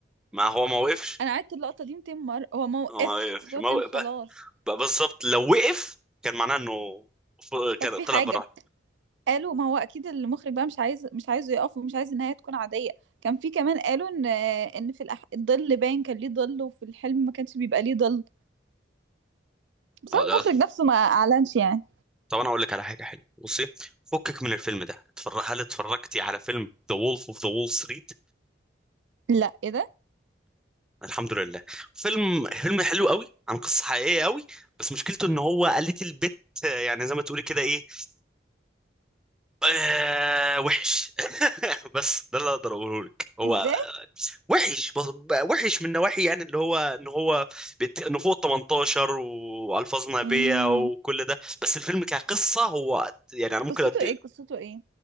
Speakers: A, in the centre; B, on the right.
A: ما هو ما وقفش
B: انا قعدت اللقطة دي 200 مرة هو ما وقفش
A: هو ما وقفش
B: بس هو
A: ما
B: كان
A: وقف
B: خلاص
A: بقى- بقى بالظبط لو وقف كان معناه انه ف-
B: طب
A: كان
B: في
A: طلع
B: حاجة
A: بره
B: قالوا ما هو اكيد المخرج بقى مش عايز مش عايزه يقف ومش عايز النهاية تكون عادية كان في كمان قالوا ان ان في الأح... الظل باين كان ليه ظل وفي الحلم ما كانش بيبقى ليه ظل بس
A: آه،
B: هو
A: لا،
B: المخرج
A: آسف.
B: نفسه ما اعلنش يعني
A: طب انا اقول لك على حاجه حلوه بصي فكك من الفيلم ده اتفر... هل اتفرجتي على فيلم ذا وولف اوف ذا وول ستريت
B: لا ايه ده
A: الحمد لله فيلم فيلم حلو قوي عن قصه حقيقيه قوي بس مشكلته ان هو قالت البت آه، يعني زي ما تقولي كده ايه آه وحش <laughs> بس ده اللي اقدر اقوله لك هو
B: ازاي
A: وحش بص- بقى وحش من نواحي يعني اللي هو ان هو بت... ان هو 18 والفاظ نابيه
B: امم
A: وكل ده بس الفيلم كقصه هو يعني انا ممكن
B: قصته
A: أدي...
B: ايه قصته ايه